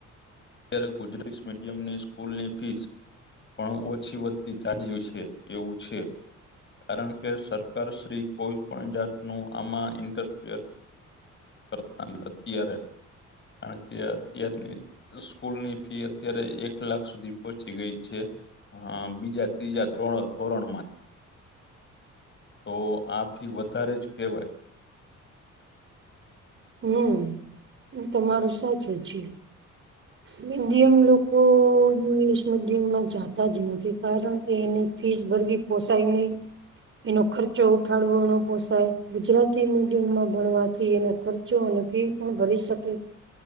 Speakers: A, on the left; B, on the right.
A: ત્યારે ગુજરાત મીડિયમ ની સ્કૂલની ફીસ પણ ઓછી વત્તી જાજીએ છે એવું છે. કારણ કે સરકારશ્રી કોઈ પણ જાતનું આમાં ઇન્ટરફિયર કરતા <unintelligible> અત્યારે કારણ કે અત્યારની સ્કૂલની ફી અત્યારે એક લાખ સુધી પહોંચી ગઈ છે. હા બીજા ત્રીજા ધ્રોણ ધોરણ માં જ. તો આ ફી વધારે જ કેહેવાય.
B: હમ હું તમારું સાચું છીએ. મીડિયમ લોકો ઇંગ્લિશ મીડિયમમાં જાતા જ નથી કારણ કે એને ફીસ ભર બી પોસાાય નહીં એનો ખર્ચો ઉઠાડવોનો પોસાય ગુજરાતી મીડિયમમાં ભણવાથી એનો ખર્ચ ચો અને ફી પણ ભરી શકે